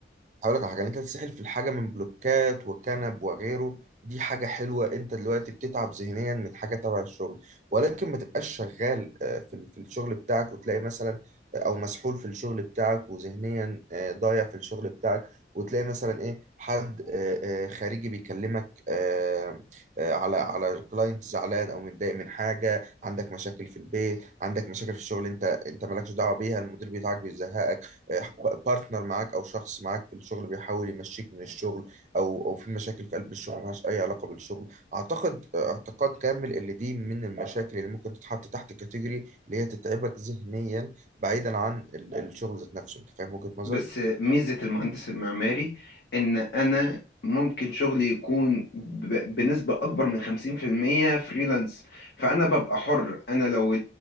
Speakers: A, on the right (about 40°); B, on the left (about 60°).
A: هقول لك على حاجه إن انت تتسحل في الحاجه من بلوكات وكنب وغيره دي حاجه حلوه انت دلوقتي بتتعب ذهنيا من حاجه تبع الشغل ولكن ما تبقاش شغال آه، في ال- في الشغل بتاعك وتلاقي مثلا آه، او مسحول في الشغل بتاعك وذهنيا آه، ضايع في الشغل بتاعك وتلاقي مثلا ايه حد آه، آه، خارجي بيكلمك آه، آه، على على كلاينت زعلان او متضايق من حاجه عندك مشاكل في البيت عندك مشاكل في الشغل انت انت مالكش دعوه بيها المدير بتاعك بيزهقك بارتنر معاك او شخص معاك في الشغل بيحاول يمشيك من الشغل او او في مشاكل في قلب الشغل ملهاش اي علاقه بالشغل اعتقد اعتقاد كامل اللي دي من المشاكل اللي ممكن تتحط تحت كاتيجوري اللي هي تتعبك ذهنيا بعيدا عن ال- الشغل ذات نفسه انت فاهم وجهه نظري
B: بس ميزة المهندس المعماري إن أنا ممكن شغلي يكون ب- بنسبة أكبر من 50% فريلانس فأنا ببقى حر أنا لو